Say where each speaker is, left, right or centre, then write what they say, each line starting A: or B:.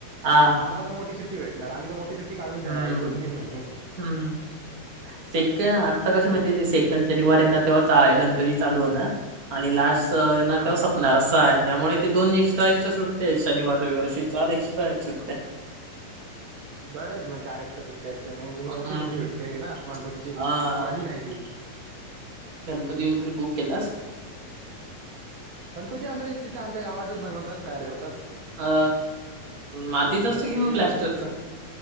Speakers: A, on the right (about 40°); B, on the right (about 85°).
A: हा.
B: म आता मोठी सुट्टी भेटणार, आम्ही तर मोठी सुट्टी काढूनचं येणार
A: हम्म
B: दोन- तीन महिने.
A: हम्म! सेक आता कसं
B: तेच
A: माहितीयं ते सेक कधी शनिवार येणार तेव्हा, <unintelligible> गणपती चालू होणार, आणि लास्ट येणार
B: हा
A: तेव्हा सपणार. असं हाय आणि त्यामुळे ते दोन एक्स्ट्रा एक्स्ट्रा सुट्टया हायतं शनिवार, रविवार अशी चार एक्स्ट्रा आहेत सुट्टया.
B: बरं त मग चार एक्स्ट्रा सुट्यायेत तर, म्हणजे मग
A: हम्म.
B: मोठी सुट्टी भेटते ना. गणपतीची
A: हा
B: कधी नाही ती.
A: कधी येऊन, तर बुक केलास?
B: गणपती आमच्या तिथं आमच्या गावातच बनवतात, तयार करतात.
A: अ मातीचा असतो,
B: मग
A: कि
B: ते
A: म प्लास्टरचा?
B: ते